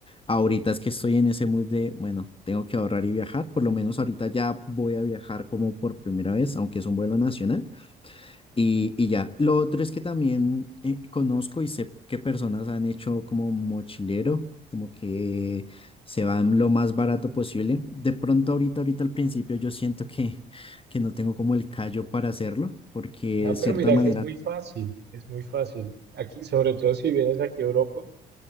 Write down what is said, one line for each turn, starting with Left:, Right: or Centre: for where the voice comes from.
Left: Ahorita es que estoy en ese mood de, bueno, tengo que ahorrar y viajar. Por lo menos ahorita ya voy a viajar como por primera vez, aunque es un vuelo nacional. Y, y ya, lo otro es que también eh, conozco y sé qué personas han hecho como mochilero, como que se van lo más barato posible. De pronto ahorita, ahorita al principio yo siento que, que no tengo como el callo para hacerlo, porque
Right: No,
Left: de
Right: pero
Left: cierta
Right: mira
Left: manera...
Right: que es muy fácil, es muy fácil. Aquí, sobre todo si vienes aquí a Europa,